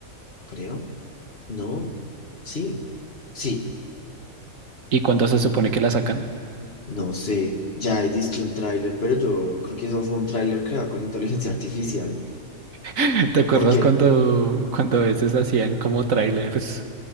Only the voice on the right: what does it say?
¿Y cuándo se supone que la sacan?
<laughs> ¿Te acuerdas
cuando, cuando a veces hacían como trailers